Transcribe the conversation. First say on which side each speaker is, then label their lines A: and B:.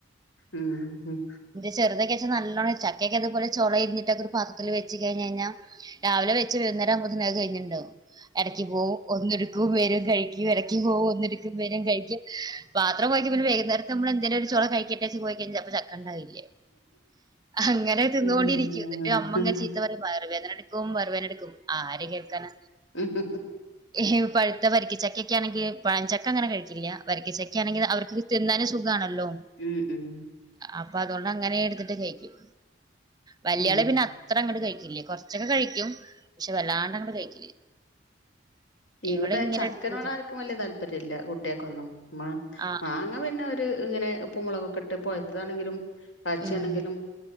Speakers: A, on the left; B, on the right.
A: ഉം ഉം
B: ന്റെ ചെറുതൊക്കെച്ചാ നല്ലോണം ചക്കെക്കെ ത്പോലെ ചൊളരിഞ്ഞട്ടൊക്കെ ഒരു പത്രത്തിൽ വെച്ച് കഴിഞ്ഞഴിഞ്ഞാ രാവിലെ വെച്ച്‌ വൈകുന്നേരാവുമ്പോത്തിന് അത് കഴിഞ്ണ്ടാവും. എടയ്ക്ക് പോവും ഒന്ന്ട്ക്കും വെരും കഴിക്കും ഇടയ്ക്ക് പോകും ഒന്ന്ട് കഴിക്കും പാത്രം പോയിക്കഴിഞ്ഞാൽ പിന്നെ വൈകുന്നേരം നമ്മള് എന്തേലും ഒരു ചൊള കഴിക്കട്ടെ വെച്ച് പോയി കഴിഞ്ഞാൽ ചെലപ്പോ ചക്ക ണ്ടാവില്ല. അങ്ങനെ തിന്നോണ്ടിരിക്കും.
A: ഉം
B: എന്നട്ട് അമ്മങ്ങനെ ചീത്ത പറയും വയറ് വേദനട് ക്കും വയറ് വേദന എട്ക്കും ആര് കേൾക്കാന.
A: <unintelligible>
B: ഈ ഹി പഴുത്ത വരിക്കച്ചക്കൊക്കെ ആണെങ്കിൽ പഴംചക്ക അങ്ങനെ കഴിക്കില്ല വരിക്കച്ചക്ക ആണെങ്കിൽ അവർ. ല് തിന്നാന് സുഖണല്ലോ.
A: ഉം ഉം.
B: അപ്പൊ അത്കൊണ്ട് അങ്ങനെ എടുത്തിട്ട് കഴിക്കും വല്യാള്
A: ഉം
B: പിന്നെ അത് ത്ര അങ്ങട്ട് കഴിക്കില്ല. കൊറച്ചൊക്കെ കഴിക്കും പക്ഷെ വല്ലാണ്ട് അങ്ങട് കഴിക്കില്ല. ഇവള്
A: ഇവ്ടെ
B: ഇങ്ങനെ
A: ചക്കനോട്
B: എടുത്ത്
A: ആർക്കും വല്യ താല്പര്യല്ല കുട്ട്യാക്കൊന്നും മ
B: ആ
A: മാങ്ങ ഞാൻ പിന്നെ ഒര് ഇങ്ങനെ ഉപ്പും മോള്കൊക്കിട്ട് പഴുത്തതാണെങ്കിലും. പച്ചേണെങ്കിലും
B: ഉം